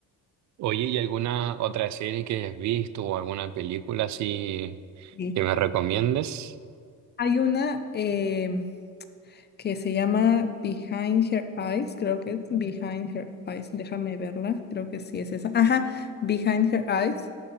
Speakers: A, on the right; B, on the left.
A: Oye, ¿y alguna otra serie que hayas visto o alguna película así
B: Sí.
A: que me recomiendes?
B: Hay una em, que se llama Behind Her Eyes, creo que es Behind Her Eyes, déjame verla, creo que sí es esa. Ajá, Behind Her Eyes.